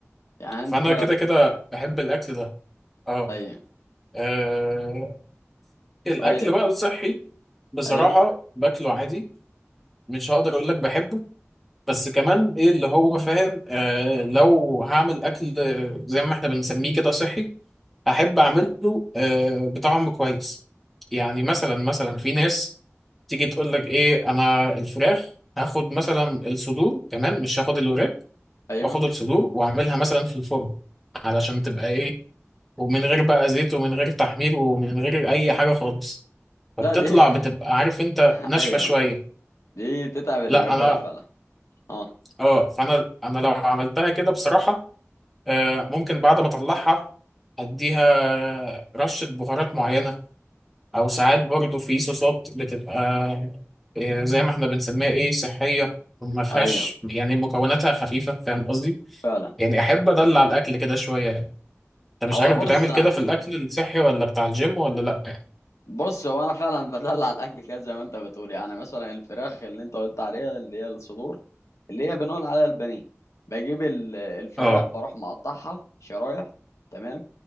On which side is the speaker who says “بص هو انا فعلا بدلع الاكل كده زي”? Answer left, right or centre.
Left